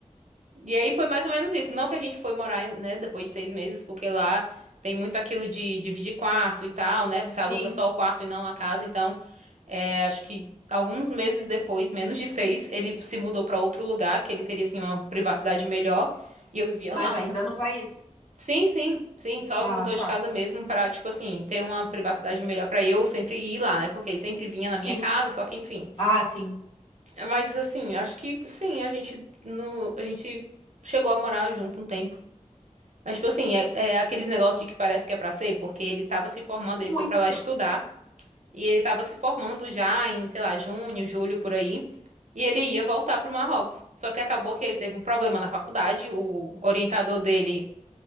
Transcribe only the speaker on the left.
Sim.
Mas
ainda no país.
Ah,
tá.
Sim.
Ah, sim.
Muito.